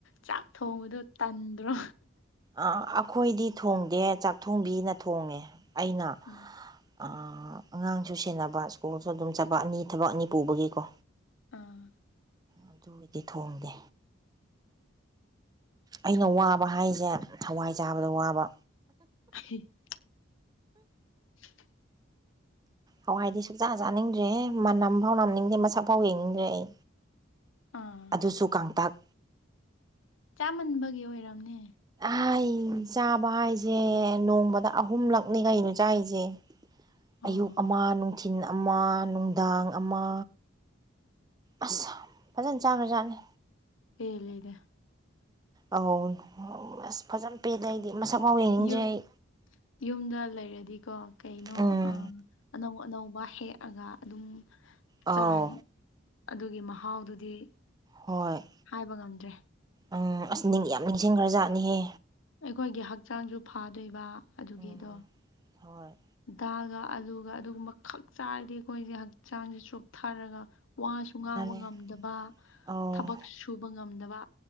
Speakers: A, on the left; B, on the right.
A: ꯆꯥꯛ ꯊꯣꯡꯕꯗꯣ ꯇꯟꯗ꯭ꯔꯣ
B: ꯑ ꯑꯩꯈꯣꯏꯗꯤ ꯊꯣꯡꯗꯦ ꯆꯥꯛ ꯊꯣꯡꯕꯤꯅ ꯊꯣꯡꯉꯦ ꯑꯩꯅ
A: ꯎꯝ꯫
B: ꯑ ꯑꯉꯥꯡꯁꯨ ꯁꯦꯟꯅꯕ ꯁ꯭ꯀꯨꯜꯁꯨ ꯑꯗꯨꯝ ꯆꯠꯄ ꯑꯅꯤ ꯊꯕꯛ ꯑꯅꯤ ꯄꯨꯕꯒꯤꯀꯣ
A: ꯑꯥ
B: ꯑꯗꯨ ꯃꯤꯗꯤ ꯊꯣꯡꯗꯦ ꯑꯩꯅ ꯋꯥꯕ ꯍꯥꯏꯁꯦ ꯍꯋꯥꯏ ꯆꯥꯕꯗ ꯋꯥꯕ
A: <inaudible> <inaudible>
B: ꯍꯋꯥꯏꯗꯤ ꯁꯨꯛꯆꯥꯥ ꯆꯥꯅꯤꯡꯗ꯭ꯔꯦꯍꯦ ꯃꯅꯝꯐꯥꯎ ꯅꯝꯅꯤꯡꯗꯦ ꯃꯁꯛ ꯐꯥꯎ ꯌꯦꯡꯅꯤꯡꯗ꯭ꯔꯦ ꯑꯩ
A: ꯑꯥ
B: ꯑꯗꯨꯁꯨ ꯀꯥꯡꯇꯛ
A: ꯆꯥꯃꯟꯕꯒꯤ ꯑꯣꯏꯔꯝꯅꯦ
B: ꯑꯩ ꯆꯥꯕ ꯍꯥꯏꯁꯦ ꯅꯣꯡꯃꯗ ꯑꯍꯨꯝꯂꯛꯅꯤ ꯀꯩꯅꯣ ꯆꯥꯏꯁꯦ
A: ꯑꯥ
B: ꯑꯌꯨꯛ ꯑꯃ ꯅꯨꯡꯊꯤꯜ ꯑꯃ ꯅꯨꯡꯗꯥꯡ ꯑꯃ ꯑꯁ ꯐꯥꯖꯟꯅ ꯆꯥꯈ꯭ꯔꯥ ꯖꯥꯠꯅꯤ
A: ꯄꯦꯜꯂꯦꯗ
B: ꯑꯧ ꯑꯁ ꯐꯥꯖꯟꯅ ꯄꯤꯗ ꯑꯩꯗꯤ ꯃꯁꯛꯐꯥꯎ ꯌꯦꯡꯅꯤꯡꯗꯦ
A: ꯌꯨꯝ
B: ꯑꯩ
A: ꯌꯨꯝꯗ ꯂꯩꯔꯗꯤꯀꯣ ꯀꯩꯅꯣ
B: ꯎꯝ
A: ꯑꯥ ꯑꯅꯧ ꯑꯅꯧꯕ ꯍꯦꯛ ꯑꯒꯥ ꯑꯗꯨꯝ
B: ꯑꯧ
A: ꯆꯥꯏ ꯑꯗꯨꯒꯤ ꯃꯍꯥꯎꯗꯨꯗꯤ
B: ꯍꯣꯏ
A: ꯍꯥꯏꯕ ꯉꯝꯗ꯭ꯔꯦ
B: ꯑꯥ ꯑꯁ ꯅꯤꯡꯗꯤ ꯌꯥꯝ ꯅꯤꯡꯁꯤꯡꯈ꯭ꯔꯥꯖꯥꯠꯅꯤꯍꯦ
A: ꯑꯩꯈꯣꯏꯒꯤ ꯍꯛꯆꯥꯡꯖꯨ ꯐꯥꯗꯣꯏꯕ ꯑꯗꯨꯒꯤꯗꯣ
B: ꯎꯝ ꯍꯣꯏ
A: ꯗꯥꯜꯒ ꯑꯂꯨꯒ ꯑꯗꯨꯒꯨꯝꯕ ꯈꯛ ꯆꯥꯔꯗꯤ ꯑꯩꯈꯣꯏꯖꯦ ꯍꯛꯆꯥꯡꯖꯦ ꯆꯣꯛꯊꯔꯒ ꯋꯥꯁꯨ ꯉꯥꯡꯕ
B: ꯃꯥꯅꯦ
A: ꯉꯝꯗꯕ
B: ꯑꯧ
A: ꯊꯕꯛ ꯁꯨ ꯁꯨꯕ ꯉꯝꯗꯕ